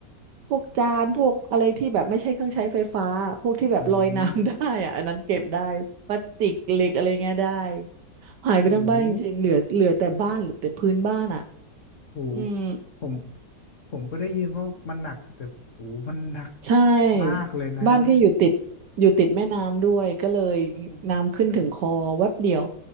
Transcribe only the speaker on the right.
พวกจานพวกอะไรที่แบบไม่ใช่เครื่องใช้ไฟฟ้า พวกที่แบบลอยน้ำได้อะอันนั้นเก็บได้พลาสติกเหล็กอะไรเงี้ยได้
หายไปทั้งบ้านจริงๆ
เหลือเหลือแต่บ้านเหลือแต่พื้นบ้านอ่ะ
อืม
ใช่บ้านพี่อยู่ติดอยู่ติดแม่น้ำด้วยก็เลย
น้ำขึ้นถึงคอแวบเดียว